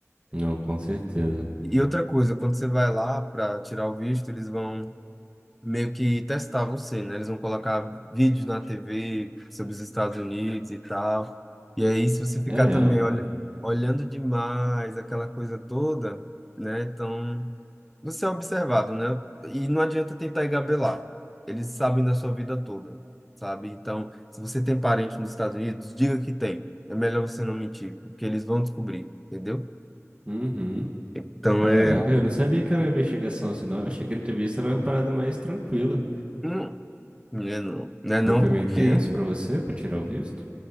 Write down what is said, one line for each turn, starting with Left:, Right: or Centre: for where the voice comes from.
Right: Não, com certeza.
Centre: E outra coisa, quando você vai lá para tirar o visto, eles vão meio que testar você, né? Eles vão colocar vídeos na TV sobre os Estados Unidos e tal. E aí, se você ficar
Right: É mesmo?
Centre: também olha, olhando demais aquela coisa toda, né? Então, você é observado, né? E não adianta tentar engabelar. Eles sabem da sua vida toda, sabe? Então, se você tem parente nos Estados Unidos, diga que tem. É melhor você não mentir, porque eles vão descobrir, entendeu?
Right: Uhum.
Centre: Então,
Right: Caraca,
Centre: é...
Right: eu não sabia que era investigação assim, não. Eu Achei que a entrevista era uma parada mais tranquila.
Centre: Hum, não é não. Não é não
Right: Foi, foi
Centre: porque
Right: meio tenso pra você, pra tirar o visto?